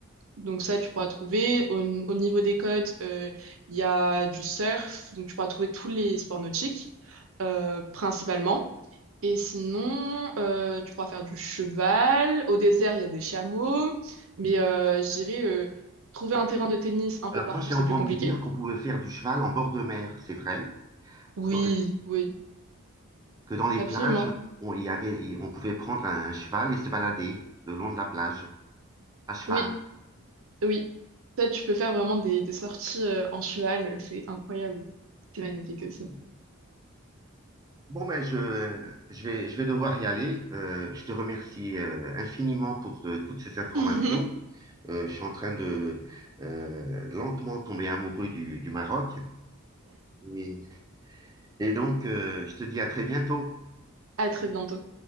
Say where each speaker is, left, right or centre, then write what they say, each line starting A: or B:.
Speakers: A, on the right (about 70°); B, on the right (about 15°).
A: donc ça, tu pourras trouver. Au, au niveau des côtes, euh, il y a du surf, donc tu pourras trouver tous les sports nautiques, euh, principalement. Et sinon, euh, tu pourras faire du cheval. Au désert, il y a des chameaux. Mais euh, je dirais, euh, trouver un terrain de tennis un
B: Alors
A: peu de partout,
B: moi, j'ai
A: c'est
B: entendu
A: plus compliqué.
B: dire qu'on pouvait faire du cheval en bord de mer, c'est vrai,
A: Oui,
B: Dans- euh,
A: oui,
B: que dans les
A: absolument.
B: plages, on, il y avait, il- on pouvait prendre un cheval et se balader le long de la plage, à cheval.
A: Oui. Oui, peut-être tu peux faire vraiment des, des sorties euh, en cheval, c'est incroyable. C'est magnifique
B: Ok.
A: aussi.
B: Bon, ben je, je vais, je vais devoir y aller. Euh, je te remercie euh, infiniment pour euh, toutes ces informations.
A: <laughs>
B: Euh, je suis en train de euh, lentement tomber amoureux du, du Maroc. Et, et donc, euh, je te dis à très bientôt.
A: À très bientôt.